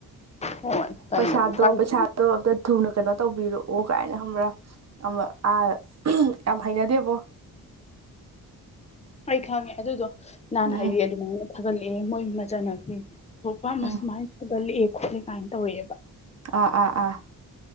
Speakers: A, on the left; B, on the right.
A: ꯍꯣꯏ ꯇꯟꯕꯒꯤ
B: ꯄꯩꯁꯥꯗꯣ
A: ꯏꯀꯥꯏꯕꯒꯤ
B: ꯄꯩꯁꯥꯗꯣ ꯑꯝꯇ ꯊꯨꯅ ꯀꯩꯅꯣ ꯇꯧꯕꯤꯔꯛꯑꯣ ꯀꯥꯏꯅ ꯈꯪꯕ꯭ꯔꯥ ꯑꯃ ꯑꯥꯝ ꯌꯥꯝ ꯍꯩꯅꯗꯦꯕꯣ
A: ꯑꯩ ꯈꯪꯉꯦ ꯑꯗꯨꯗꯣ ꯅꯍꯥꯟ
B: ꯎꯝ
A: ꯍꯥꯏꯔꯦꯌꯦ ꯑꯗꯨꯃꯥꯏꯅ ꯊꯥꯒꯠꯂꯛꯑꯦ ꯃꯣꯏ ꯃꯆꯥꯟꯅꯨꯄꯤ ꯊꯣꯄꯥꯝ ꯃꯁ
B: ꯎꯝ
A: ꯃꯥꯥꯏ ꯊꯣꯒꯠꯂꯦ ꯈꯣꯠꯂꯦ ꯀꯥꯏꯅ ꯇꯧꯌꯦꯋꯦ
B: ꯑꯥ ꯑꯥ ꯑꯥ